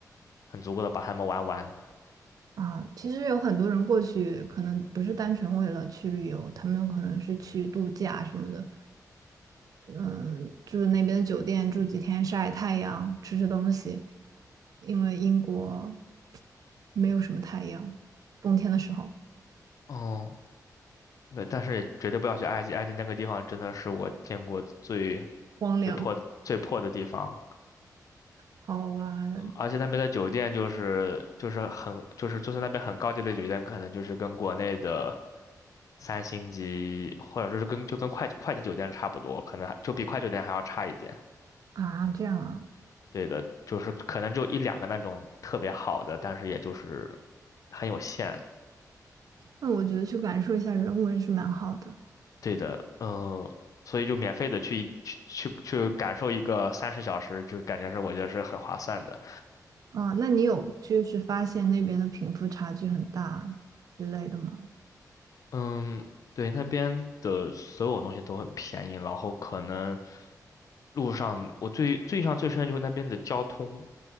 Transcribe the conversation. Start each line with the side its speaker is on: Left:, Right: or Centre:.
Left: 很足够的把它们玩完。
Right: 啊，其实有很多人过去，可能不是单纯为了去旅游，他们有可能是去度假什么的。嗯，住那边的酒店住几天，晒太阳，吃吃东西，因为英国没有什么太阳，冬天的时候
Left: 哦，那但是也绝对不要去埃及，埃及那个地方真的是我见过最
Right: 荒凉，
Left: 最破最破的地方。
Right: 好玩
Left: 而且那边的酒店就是就是很就是就算那边很高级的酒店，可能就是跟国内的三星级或者说是跟就跟快快捷酒店差不多，可能还就比快捷酒店还要差一点。
Right: 啊，这样啊，
Left: 对的，就是可能就一两个那种特别好的，但是也就是很有限。
Right: 那我觉得去感受一下人文是蛮好的
Left: 对的，嗯，所以就免费的去去去去感受一个三十小时，就感觉是我觉得是很划算的。
Right: 啊。那你有就是发现那边的贫富差距很大之类的吗？
Left: 嗯，对，那边的所有东西都很便宜，然后可能路上我最最印象最深的就是那边的交通，